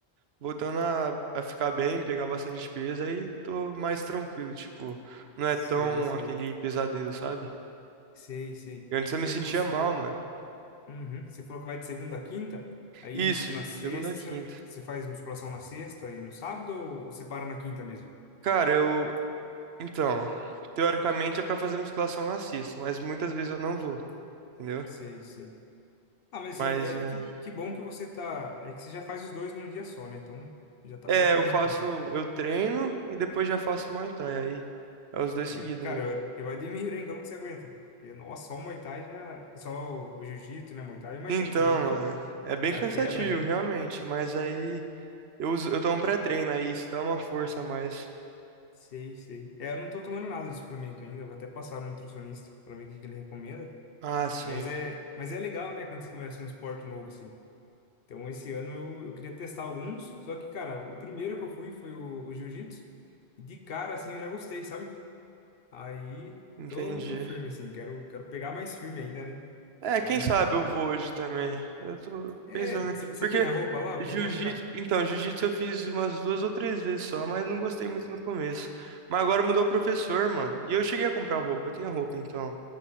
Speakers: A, on the right; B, on the left.
A: voltando a, a ficar bem, pegar bastante peso, aí tô mais tranquilo, tipo, não
B: Sei,
A: é tão
B: sei,
A: aquele pesadelo, sabe?
B: sei, sei.
A: Antes
B: E
A: eu me sentia
B: aí você,
A: mal, mano.
B: Uhum. Você falou que vai de segunda a quinta, aí
A: Isso,
B: tipo na sexta
A: segunda a quinta.
B: você, você faz musculação na sexta e no sábado ou você para na quinta mesmo?
A: Cara, eu, então, teoricamente é pra fazer musculação na sexta, mas muitas vezes eu não vou, entendeu?
B: Sei, sei. Ah, mas
A: Mas
B: assim, é,
A: é,
B: é que, que bom que você tá, é que você já faz os dois num dia só, né? Então já tá
A: é,
B: bom também,
A: eu faço,
B: né, cara?
A: eu treino e depois já faço Muay Thai, aí é os dois
B: É,
A: seguidos
B: cara,
A: mesmo.
B: eu, eu admiro, hein, como que você aguenta. Porque, nossa, só o Muay Thai já, só o, o Jiu-Jitsu, né, Muay Thai, eu imagino
A: Então,
B: também que
A: mano, é bem
B: já
A: cansativo,
B: quebra a gente.
A: realmente, mas aí eu uso, eu tomo pré-treino, aí isso dá uma força a mais.
B: Sei, sei. É, eu não tô tomando nada de suplemento ainda, eu vou até passar no nutricionista para ver o que que ele recomenda.
A: Ah, sim,
B: Mas é, mas é legal, né, quando você começa um esporte novo, assim. Então, esse ano eu, eu queria testar alguns, só que, cara, o primeiro que eu fui foi o, o jiu-jitsu, e de cara, assim, eu já gostei, sabe? Aí,
A: entendi.
B: tô, tô firme, assim, quero, quero pegar mais firme ainda, né?
A: É,
B: Então,
A: quem sabe eu vou hoje também. Eu tô
B: é,
A: pensando, né?
B: você
A: Porque
B: tem a roupa lá, o
A: jiu-jitsu,
B: kimono já?
A: então, jiu-jitsu eu fiz umas duas ou três vezes só, mas não gostei muito no começo. Mas agora mudou o professor, mano. E eu cheguei a comprar roupa, eu tinha roupa então.